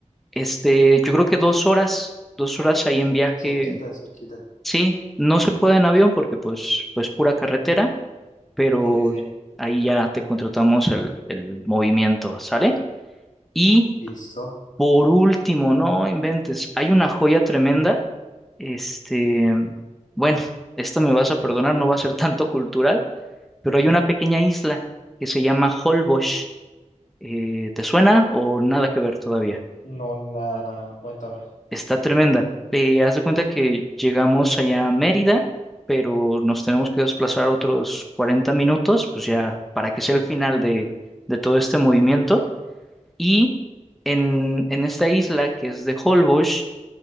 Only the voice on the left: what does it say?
Cerquita, cerquita.
Sí, sí, sí.
Listo.
No, nada, nada, cuéntame.